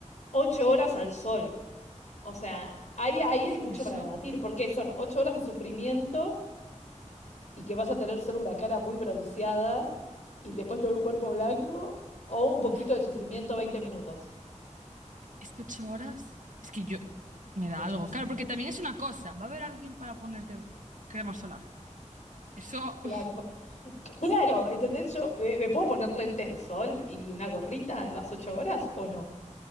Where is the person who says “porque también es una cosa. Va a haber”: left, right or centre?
Right